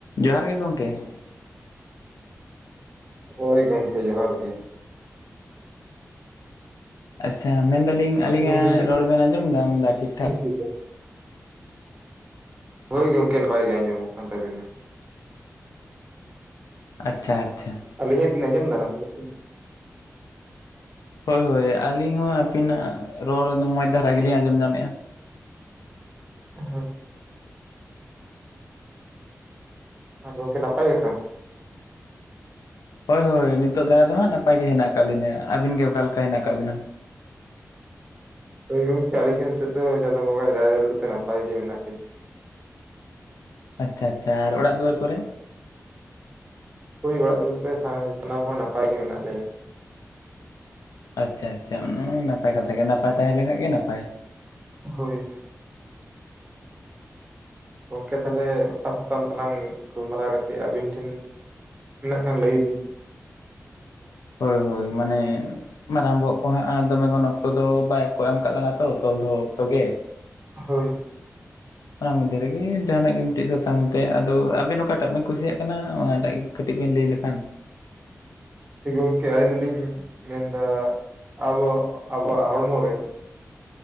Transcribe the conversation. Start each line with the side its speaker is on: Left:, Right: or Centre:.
Left: ᱡᱚᱦᱟᱨ ᱜᱮ ᱜᱚᱢᱠᱮ ᱾
Right: ᱦᱳᱭ ᱜᱚᱢᱠᱮ ᱡᱚᱦᱟᱨ ᱜᱮ ᱾
Left: ᱟᱪᱪᱷᱟ ᱢᱮᱱᱫᱟᱞᱤᱧ ᱟᱹᱞᱤᱧᱟᱜ
Right: ᱜᱚᱢᱠᱮ ᱪᱮᱫ
Left: ᱨᱚᱲ
Right: ᱵᱤᱱ
Left: ᱵᱮᱱ ᱟᱸᱡᱚᱢ ᱮᱫᱟ ᱧᱟᱢ ᱮᱫᱟ ᱴᱷᱤᱠ ᱴᱷᱟᱠ?
Right: ᱪᱤᱠᱟᱹᱭᱮᱫᱟ? ᱦᱳᱭ ᱜᱚᱝᱠᱮ ᱱᱟᱯᱟᱭ ᱜᱮ ᱟᱸᱡᱚᱢᱚᱜ ᱠᱟᱱ ᱛᱟᱵᱤᱱᱟ ᱾
Left: ᱟᱪᱪᱷᱟ ᱟᱪᱪᱷᱟ ᱾
Right: ᱟᱹᱞᱤᱧᱟᱜ ᱵᱤᱱ ᱟᱸᱡᱚᱢᱫᱟ ᱱᱟᱯᱟᱭ ᱠᱟᱛᱮ?
Left: ᱦᱳᱭ ᱦᱳᱭ ᱟᱹᱞᱤᱧ ᱦᱚᱸ ᱟᱹᱵᱤᱱᱟᱜ ᱨᱚᱲ ᱢᱚᱡᱽ ᱫᱷᱟᱨᱟ ᱜᱮᱞᱤᱧ ᱟᱸᱡᱚᱢ ᱧᱟᱢᱮᱫᱼᱟ ᱾
Right: ᱮ ᱦᱮᱸ᱾ ᱟᱨ ᱜᱚᱝᱠᱮ ᱱᱟᱯᱟᱭ ᱜᱮᱛᱚ?
Left: ᱦᱚᱭ ᱦᱳᱭ ᱱᱤᱛᱚᱜ ᱫᱷᱟᱨᱟ ᱫᱚ ᱦᱟᱸᱜ ᱱᱟᱯᱟᱭ ᱜᱮ ᱦᱮᱱᱟᱜ ᱟᱠᱟᱜ ᱞᱤᱧᱟᱹ, ᱟᱹᱵᱤᱱ ᱜᱮ ᱚᱠᱟ ᱞᱮᱠᱟ ᱦᱮᱱᱟᱜ ᱟᱠᱟᱜ ᱵᱤᱱᱟ?
Right: ᱦᱳᱭ ᱜᱚᱝᱠᱮ ᱟᱞᱤᱧ ᱦᱚᱸ ᱱᱤᱛᱚᱜ ᱫᱚ ᱪᱟᱸᱫᱚ ᱵᱚᱸᱜᱟᱭ ᱫᱟᱭᱟ ᱫᱩᱞᱟᱹᱲ ᱛᱮ ᱱᱟᱯᱟᱭ ᱜᱮ ᱢᱮᱱᱟᱜ ᱞᱤᱧᱟᱹ᱾
Left: ᱟᱪᱪᱷᱟ ᱟᱪᱷᱟ, ᱟᱨ ᱚᱲᱟᱜ ᱫᱩᱣᱟᱹᱨ ᱠᱚᱨᱮ?
Right: ᱦᱳᱭ ᱚᱲᱟᱜ ᱫᱩᱣᱟᱹᱨ ᱠᱚᱨᱮ ᱥᱟᱱᱟ ‌ ᱥᱟᱱᱟᱢ ᱦᱚᱲ ᱱᱟᱯᱟᱭ ᱜᱮ ᱢᱮᱱᱟᱜ ᱞᱮᱭᱟ᱾
Left: ᱟᱪᱪᱷᱟ ᱟᱪᱷᱟ ᱚᱱᱟ ᱦᱚᱸ ᱱᱟᱯᱟᱭ ᱠᱟᱛᱷᱟ ᱜᱮ ᱱᱟᱯᱟᱭ ᱛᱟᱦᱮᱸ ᱞᱮᱱᱠᱷᱟᱡ ᱜᱮ ᱱᱟᱯᱟᱭ᱾
Right: ᱦᱳᱭ ᱦᱳᱭ᱾ ᱜᱚᱝᱠᱮ ᱛᱟᱦᱚᱞᱮ ᱚᱠᱟ ᱥᱟᱛᱟᱢ ᱛᱮᱞᱟᱝ ᱜᱟᱞᱢᱟᱨᱟᱣ ᱠᱟᱹᱴᱤᱡ ᱟᱵᱤᱱ ᱴᱷᱮᱱᱼᱼ ᱢᱮᱱᱟᱜ ᱠᱷᱟᱱ ᱞᱟᱹᱭ ᱵᱤᱱ ᱾
Left: ᱦᱳᱭ ᱦᱳᱭ ᱢᱟᱱᱮ᱾ ᱢᱟᱨᱟᱝ ᱵᱚᱦᱚᱜ ᱠᱚ ᱦᱟᱸᱜ ᱟᱨ ᱫᱚᱢᱮ ᱜᱚᱱ ᱚᱠᱛᱚ ᱫᱚ ᱵᱟᱭ ᱠᱚ ᱮᱢ ᱠᱟᱜ ᱞᱟᱝᱟ ᱛᱚ, ᱛᱚᱞ ᱫᱚᱦᱚ ᱚᱠᱛᱚ ᱜᱮ᱾
Right: ᱦᱳᱭ᱾
Left: ᱚᱱᱟ ᱢᱚᱫᱽᱫᱷᱮ ᱨᱮᱜᱮ ᱡᱟᱦᱟᱸ ᱱᱟᱜ ᱜᱮ ᱢᱤᱫᱴᱤᱡ ᱥᱟᱛᱟᱢ ᱢᱮᱱᱛᱮ ᱟᱫᱚ ᱟᱵᱤᱱ ᱚᱠᱟ ᱴᱟᱜ ᱵᱤᱱ ᱠᱩᱥᱤᱭᱟᱜ ᱠᱟᱱᱟ ᱚᱱᱟ ᱴᱟᱜ ᱜᱮ᱾ ᱠᱟᱹᱴᱤᱡ ᱵᱮᱱ ᱞᱟᱹᱭ ᱞᱮᱠᱷᱟᱱᱼᱼ
Right: ᱜᱚᱝᱠᱮ ᱟᱞᱤᱧ ᱫᱩᱞᱤᱧ ᱢᱮᱱ ᱫᱟ ᱟᱵᱚ ᱟᱵᱚᱣᱟᱜ ᱦᱚᱲᱢᱚ ᱨᱮᱼᱼ